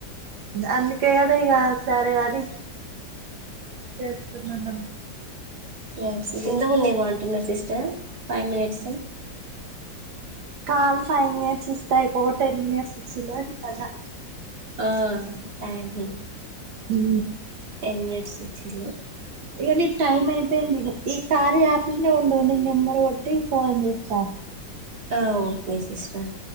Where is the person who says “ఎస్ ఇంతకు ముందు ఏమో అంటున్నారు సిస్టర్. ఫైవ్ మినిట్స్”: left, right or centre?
Right